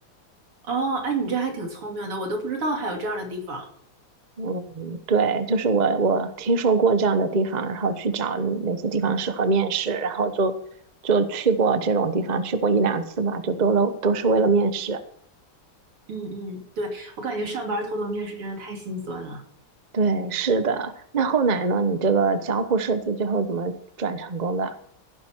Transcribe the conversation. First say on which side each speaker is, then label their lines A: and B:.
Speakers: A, on the right (about 85°); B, on the right (about 35°).
A: 哦，哎，你这还挺聪明的，我都不知道还有这样的地方。
B: 嗯，对，就是我我听说过这样的地方，然后去找哪些地方适合面试，然后就就去过这种地方，去过一两次吧，就都了都是为了面试。
A: 嗯嗯，对，我感觉上班儿偷偷面试真的太心酸了。
B: 对，是的。那后来呢？你这个交互设计最后怎么转成功的？